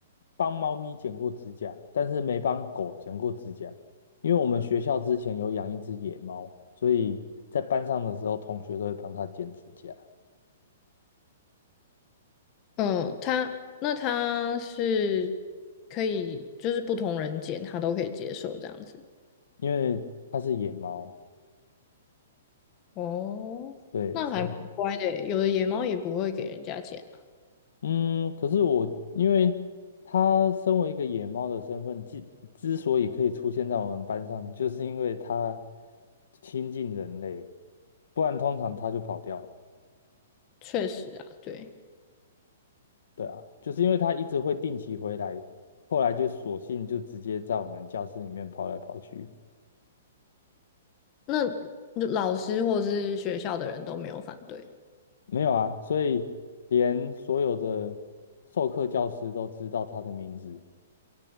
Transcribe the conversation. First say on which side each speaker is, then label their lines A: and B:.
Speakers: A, on the left; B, on the left.
A: 帮猫咪剪过指甲，但是没帮狗剪过指甲，因为我们学校之前有养一只野猫，所以在班上的时候，同学都会帮它剪指甲。
B: 嗯，它那它是可以，就是不同人剪它都可以接受这样子。
A: 因为它是野猫，
B: 哦，
A: 对，
B: 那还蛮乖的耶有的野猫也不会给人家剪。
A: 所以嗯，可是我因为它身为一个野猫的身份，之之所以可以出现在我们班上，就是因为它亲近人类，不然通常它就跑掉了。
B: 确实啊，对，
A: 对啊，就是因为它一直会定期回来，后来就索性就直接在我们教室里面跑来跑去。
B: 那老师或是学校的人都没有反对，
A: 没有啊，所以连所有的授课教师都知道它的名字。